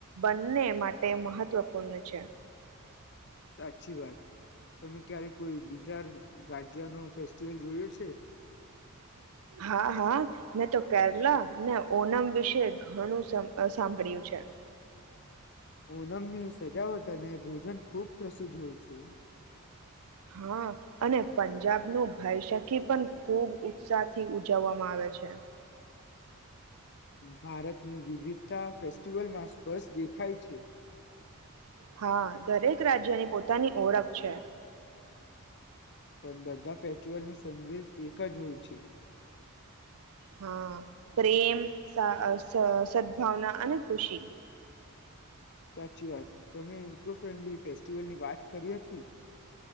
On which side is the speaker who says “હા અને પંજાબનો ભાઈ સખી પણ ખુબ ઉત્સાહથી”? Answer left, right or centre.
Right